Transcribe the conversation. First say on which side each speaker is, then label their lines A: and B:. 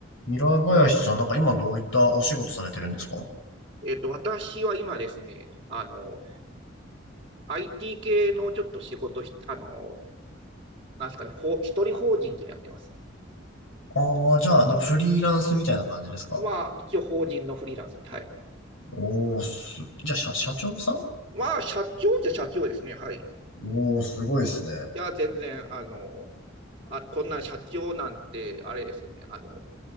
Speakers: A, on the left (about 75°); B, on the right (about 30°).
A: ミラー林さん、なんか今どういったお仕事されてるんですか
B: えっと、私は今ですね、あの、IT 系のちょっと仕事あの、なんですかね、ほ一人法人っていうのやってます。
A: ああー、じゃあ、なんかフリーランスみたいな感じですか
B: まあ、一応法人のフリーランスで、はい。
A: おー、す、じゃあ、社、社長さん
B: まあ、社長っちゃ社長ですね、はい。い
A: おー、すごいですね。
B: や、全然、あの、あ、こんな社長なんて、あれですよね、あの、